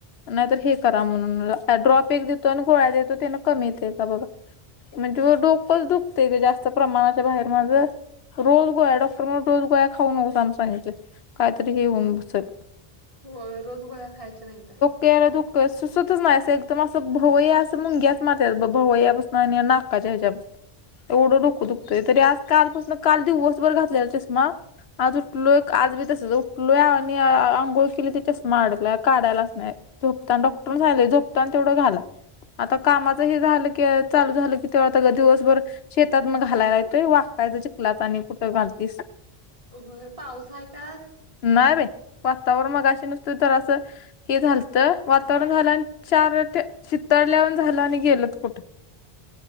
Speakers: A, on the left; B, on the right.
A: नाहीतर हे करा म्हणून ड्रॉप एक देतो आणि गोळ्या देतो त्यांना. कमी येत का बाबा म्हणजे डोकंच दुखतेय ग जास्त प्रमाणाच्या बाहेर माझ. रोज गोळ्या डॉक्टर म्हणत रोज गोळ्या खाऊ नको सन सनी चे कायतरी हे होऊन बसल
B: होय रोज गोळ्या खायच्या नाही तर
A: तेड दुःख सुचतच नाही अस एकदम असं भवई अस मुंग्या - माथ्यात बघ भोवया पासण आणि नाकाच्या ह्याच्यात. एवढं डोक दुखतोय तरी आज कालपासून काल दिवसभर घातलेला चषमा आज उठलोय आज बी तसच उठलो ये आणि अ आंघोळ केली ते चष्मा अडकला काढायलाच नाय. झोपताना डॉक्टर झाले झोपतान तेवढं घाला. आता कामाचं हे झालं की चालू झालं की तेव्हा त्याचं दिवसभर शेतात मग घालायला येतोय वाकता येतेय चिखलात आणि कुठं घालतीस.
B: व्हय पाऊस आहे का आज.
A: नाही बाई वातावरण मगाशी नुसतं जरास - हे झालत वातावरण झालं आणि चार चितथडल्यावान झालं आणि गेलत कुठं.